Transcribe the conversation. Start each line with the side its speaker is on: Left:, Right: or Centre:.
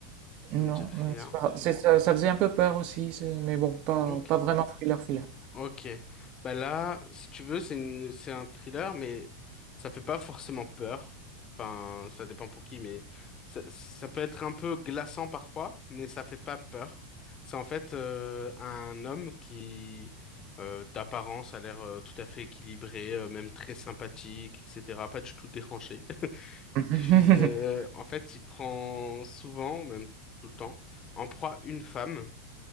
Left: Ça
Right: Non,
Left: me dit rien.
Right: euh, c'est pas grave. C'est- ça, ça faisait un peu peur aussi, c'est- mais bon, pas,
Left: Ok.
Right: pas vraiment thriller thriller.
Left: Ok. Bah là, si tu veux, c'est une- c'est un thriller, mais ça fait pas forcément peur. Enfin, ça dépend pour qui, mais ça, ça peut être un peu glaçant parfois, mais ça fait pas peur. C'est en fait euh, un homme qui, euh, d'apparence, a l'air euh, tout à fait équilibré, euh, même très sympathique, etc. Pas du tout dérangé. <laughs>
Right: Mhm.
Left: Puis, euh,
Right: <laughs>
Left: en fait, il prend souvent, même tout le temps, en proie une femme